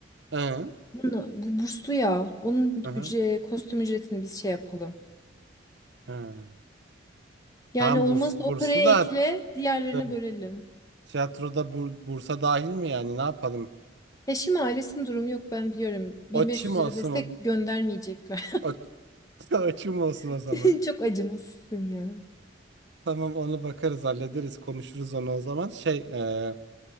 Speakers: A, on the right (about 60°); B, on the left (about 20°).
A: Hı,
B: Bunun- bu burslu ya. Onun
A: hı, hı.
B: ücret, kostüm ücretini biz şey yapalım.
A: hı.
B: Yani
A: Tamam
B: olmazsa
A: burs, bursu
B: o paraya
A: da
B: ekle, diğerlerine
A: attı.
B: bölelim.
A: Tiyatroda bur- bursa dahil mi yani ne yapalım?
B: Eşim ailesinin durumu yok ben biliyorum. 1500
A: O çim olsun.
B: lira destek göndermeyecekler.
A: O, <laughs> o çim olsun
B: <laughs>
A: o zaman.
B: Çok acımasızsın ya.
A: Tamam onu bakarız hallederiz konuşuruz onu o zaman. Şey e,